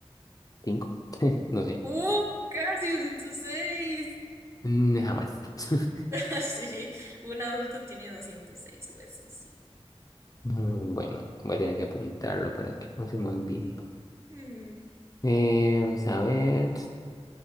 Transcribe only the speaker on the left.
cinco. <laughs> No sé.
Mm, Jamás. <laughs>
Mm, Bueno, voy a tener que apuntarlo para que no se me olvide.
Eh, vamos a ver.